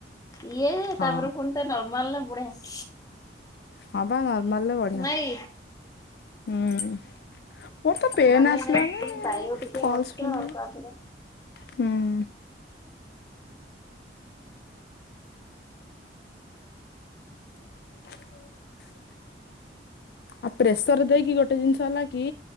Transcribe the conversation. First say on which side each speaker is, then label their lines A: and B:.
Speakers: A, on the left; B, on the left.
A: ଇଏ
B: ହଁ
A: ତାପରେ ପୁଣି ତା ନର୍ମାଲରେ ବଢିଆସେ।
B: ହଁ ବା ନର୍ମାଲରେ ବଢିଆ
A: ନାଇଁ
B: ହୁଁ। ମୋର ତ ପେନ୍
A: ନର୍ମାଲରେ
B: ଆସିଲାନି
A: ଏଇନା ପାଇବ ଟିକେ
B: ଫଲସ
A: କଷ୍ଟ
B: ପେନ୍
A: ଆଉ ତାପରେ
B: ହୁଁ <inaudible> ଆଉ ପ୍ରେସର ଦେଇକି ଗୋଟେ ଜିନିଷ ହେଲା କି?